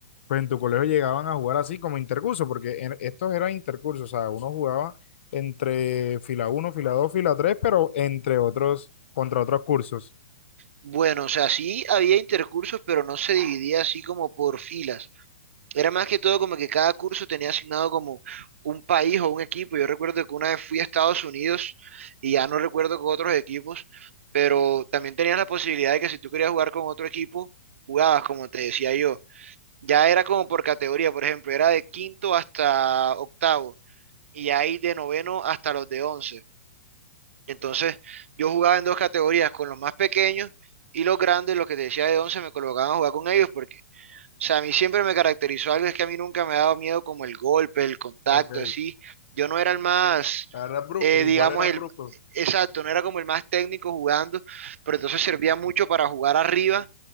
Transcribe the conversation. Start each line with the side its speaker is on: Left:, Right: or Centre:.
Left: pues en tu colegio llegaban a jugar así como intercurso, porque en- estos eran intercursos, o sea, uno jugaba entre fila uno fila 2 fila 3 pero entre otros, contra otros cursos.
Right: Bueno, o sea, sí había intercursos, pero no se dividía así como por filas. Era más que todo como que cada curso tenía asignado como un país o un equipo. Yo recuerdo que una vez fui a Estados Unidos y ya no recuerdo con otros equipos, pero también tenías la posibilidad de que si tú querías jugar con otro equipo, jugabas, como te decía yo. Ya era como por categoría, por ejemplo, era de quinto hasta octavo. y hay de noveno hasta los de once. Entonces, yo jugaba en dos categorías, con los más pequeños y los grandes, los que te decía de once, me colocaban a jugar con ellos porque, o sea, a mí siempre me caracterizó algo, es que a mí nunca me ha dado miedo como el golpe, el contacto,
Left: Ok,
Right: así. Yo no era el más,
Left: era brusco,
Right: eh,
Left: igual
Right: digamos,
Left: era
Right: el...
Left: brusco.
Right: Exacto, no era como el más técnico jugando, pero entonces servía mucho para jugar arriba.